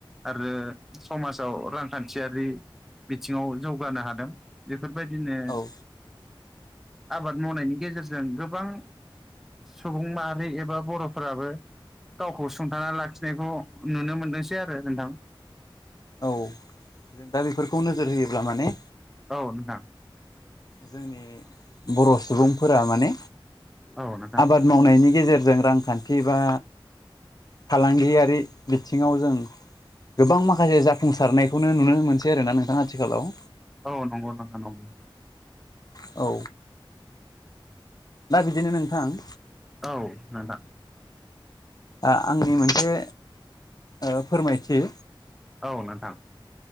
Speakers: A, in the centre; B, on the left.
A: आरो समाजाव रांखान्थियारि बिथिङाव जौगानो हादों बे फोरबायदिनो
B: औ औ
A: आबाद मावनायनि गेजेरजों गोबां सुबुं माहारि एबा बर'फोराबो गावखौ सुंथाना लाखिनायखौ नुनो मोनदोंसै आरो नोंथां।
B: औ जों दा बेफोरखौ नोजोर होयोब्ला माने
A: औ नोंथां
B: जोंनि बर' सुबुंफोरा माने
A: औ नोंथां
B: आबाद मावनायनि गेजेरजों रांखान्थि बा फालांगियारि बिथिङाव जों गोबां माखासे जाफुंसारनायखौनो नुनो मोनसै आरोना नोंथां आथिखालाव।
A: औ नंगौ नोंथां नंगौ ।
B: औ दा बिदिनो नोंथां
A: औ नोंथां
B: ओ आंनि मोनसे ओ फोरमायथि
A: औ नोंथां